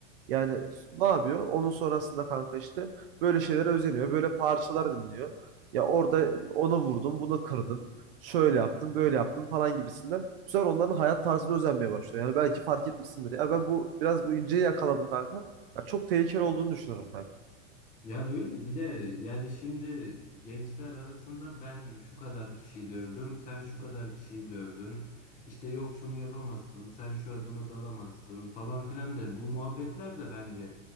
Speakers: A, on the right; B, on the left.
A: Yani ne yapıyor? Onun sonrasında kanka işte böyle şeylere özeniyor. Böyle parçalar dinliyor. Ya orada ona vurdum, bunu kırdım. Şöyle yaptım, böyle yaptım falan gibisinden. Bu sefer onların hayat tarzını özenmeye başlıyor. Yani belki fark etmişsindir. Ya ben bu biraz bu inceyi yakaladım kanka. Ya çok tehlikeli olduğunu düşünüyorum kanka.
B: Ya öyle bir de yani şimdi gençler arasında ben şu kadar kişiyi dövdüm, sen şu kadar kişiyi dövdün. İşte yok şunu yapamazsın, sen şu adama dalamazsın falan filan de bu muhabbetler de bence